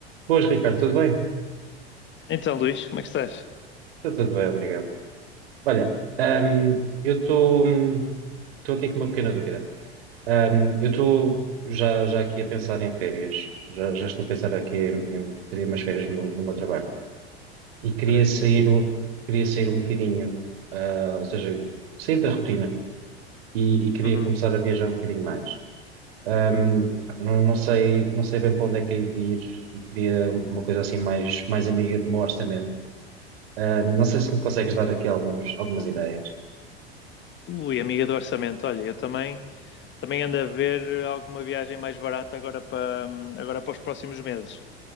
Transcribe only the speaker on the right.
Boas, Ricardo, tudo bem?
Está tudo bem, obrigado. Olha, ahm, eu estou hum, estou aqui com uma pequena dúvida. Ahm, eu estou já, já aqui a pensar em férias, já, já estou a pensar aqui em, em pedir umas férias no, meu no meu trabalho e queria
sair um, queria sair um bocadinho, ah, ou seja, sair da rotina e, e queria
começar a viajar um bocadinho mais. Ahm, não, não sei, não sei bem para onde é que hei de ir e queria uma coisa assim mais, mais amiga do meu orçamento. Ah, não sei se me consegues dar aqui alguns, algumas ideias.